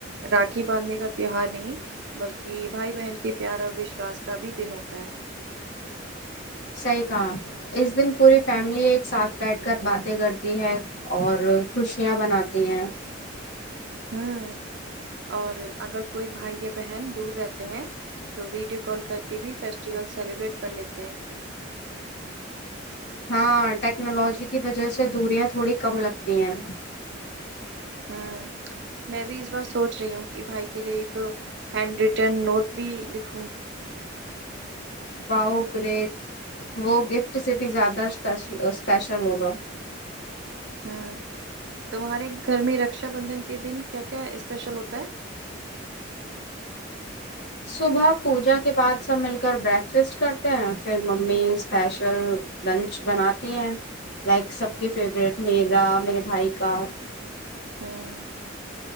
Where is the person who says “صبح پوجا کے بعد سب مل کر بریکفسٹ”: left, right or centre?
Left